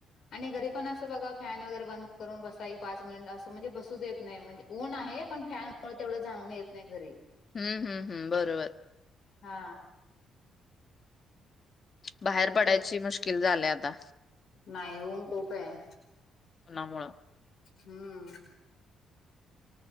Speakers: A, on the left; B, on the left.
A: आणि घरी पण असं बघा फॅन वगैरे बंद करून बसाई पाच मिनिट असं म्हणजे बसू देत नाही म्हणजे ऊन आहे पण फॅनमुळे तेवढं जाणवून येत नाही घरी.
B: अम्म हम्म हम्म.. बरोबर...
A: हा. म्हणजे
B: बाहेर पडायची
A: कं
B: मुश्किल झाल आहे आता.
A: नाही ऊन खूप आहे आता.
B: उन्हामुळे.
A: हम्म.